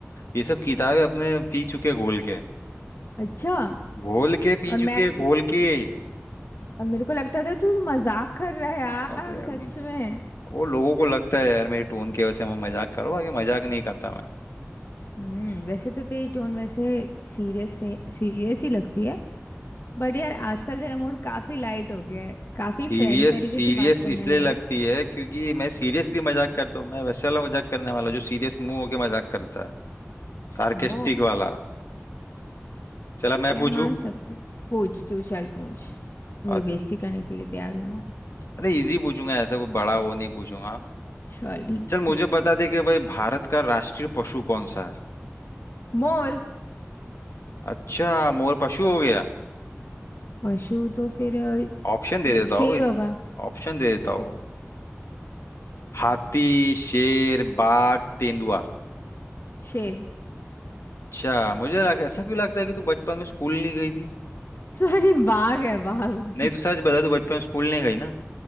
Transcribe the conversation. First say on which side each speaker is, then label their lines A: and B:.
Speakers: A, on the left; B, on the left.
A: ये सब किताबें अपने पी चुके घोल के
B: अच्छा
A: घोल के पी
B: और मैं
A: चुके घोल के
B: और मेरे को लगता था तू मजाक कर रहा है यार
A: अरे,
B: सच
A: हम-
B: में
A: वो लोगों को लगता है यार मेरी टोन की वजह से मैं मजाक करो बाकी मजाक नहीं करता मैं
B: हम्म वैसे तो तेरी टोन वैसे सीरियस से सीरियस ही लगती है बट यार आजकल तेरा मूड काफी लाइट हो गया है काफी
A: सीरियस
B: फ्रैंक तरीके
A: सीरियस
B: से बात करने
A: इसलिए
B: लगा
A: लगती
B: है
A: है क्योंकि मैं सीरियसली मजाक करता हूँ मैं वैसे वाला मजाक करने वाला जो सीरियस मुंह होके मजाक करता है सार्केस्टिक
B: ओ
A: वाला चला
B: ठीक
A: मैं
B: है
A: पूछूं
B: मान सकती हूँ पूछ तू चल पूछ
A: अ-
B: मेरी बेइज्जती करने के लिए तैयार हूँ मैं
A: अरे इजी पूछूंगा ऐसा कोई बड़ा वो नहीं पूछूंगा
B: चल ठीक
A: चल मुझे
B: है
A: बता दे कि भाई भारत का राष्ट्रीय पशु कौन सा है
B: मोर
A: अच्छा मोर पशु हो गया
B: पशु तो फिर अ,
A: ऑप्शन दे
B: अ,
A: देता हूँ
B: शेर होगा
A: ऑप्शन दे देता
B: शे-
A: हूँ हाथी शेर बाघ तेंदुआ
B: शेर
A: अच्छा मुझे लग, ऐसा क्यों लगता है कि तू बचपन में स्कूल नहीं गई थी
B: सॉरी बाघ है बाघ <laughs>
A: नहीं तू सच बता तू बचपन में स्कूल नहीं गई ना